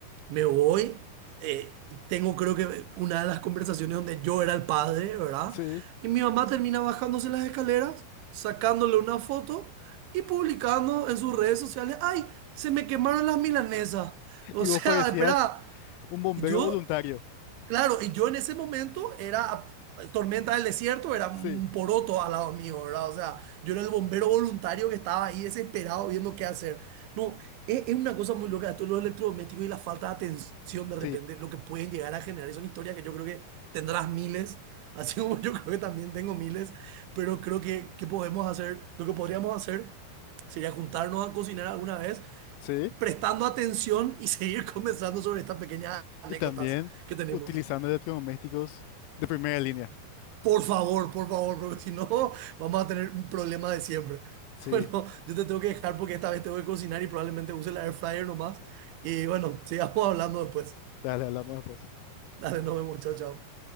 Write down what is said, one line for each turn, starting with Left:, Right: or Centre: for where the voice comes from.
Right: Me voy, eh, tengo creo que una de las conversaciones donde yo era el padre, ¿verdad?
Left: sí.
Right: Y mi mamá termina bajándose las escaleras, sacándole una foto y publicando en sus redes sociales, ¡ay! Se me quemaron las milanesas. O
Left: Y
Right: sea,
Left: vos parecías
Right: <laughs> espera,
Left: un bombero
Right: yo
Left: voluntario,
Right: Claro, y yo en ese momento era tormenta del desierto, era un
Left: sí,
Right: poroto al lado mío, ¿verdad? O sea, yo era el bombero voluntario que estaba ahí desesperado viendo qué hacer. No, es, es una cosa muy loca, esto de los electrodomésticos y la falta de atención de repente,
Left: sí,
Right: lo que pueden llegar a generar. Y Son historias que yo creo que tendrás miles, <laughs> así como yo creo que también tengo miles, pero creo que, que podemos hacer, lo que podríamos hacer sería juntarnos a cocinar alguna vez,
Left: sí.
Right: prestando atención y seguir <laughs> conversando sobre estas pequeñas anécdotas
Left: Y también
Right: que tenemos.
Left: utilizando electrodomésticos de primera línea,
Right: Por favor, por favor, porque si no vamos a tener un problema de siempre. <laughs>
Left: sí.
Right: Bueno, yo te tengo que dejar porque esta vez tengo que cocinar y probablemente use el air fryer nomás. Y bueno, sigamos hablando después.
Left: Dale, hablamos después.
Right: Dale, nos vemos, chao, chao.